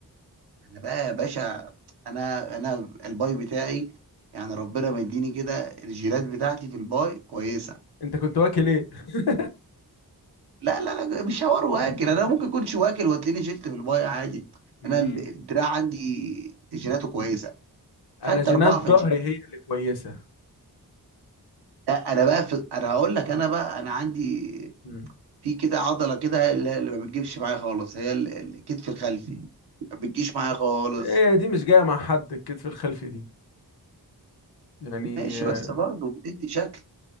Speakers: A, on the right; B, on the left.
A: انا بقى يا باشا انا انا الباي بتاعي يعني ربنا مديني كده الجينات بتاعتي في الباي كويسه
B: انت كنت واكل ايه <laughs>
A: لا لا لا مش حوار واكل انا ممكن اكونش واكل وتلاقيني شلت في المايه عادي
B: امم
A: انا ال- الدراع عندي جيناته كويسه
B: انا
A: خدت
B: جينات
A: 24
B: ظهري هي اللي كويسه
A: لا انا بقى في... انا هقول لك انا بقى انا عندي
B: مم.
A: في كده عضله كده هي اللي اللي ما بتجيبش معايا خالص هي ال- ال- الكتف الخلفي ما بتجيش معايا خالص
B: هي دي مش جايه مع حد الكتف الخلفي دي يعني
A: ماشي
B: آه،
A: بس برضه بتدي شكل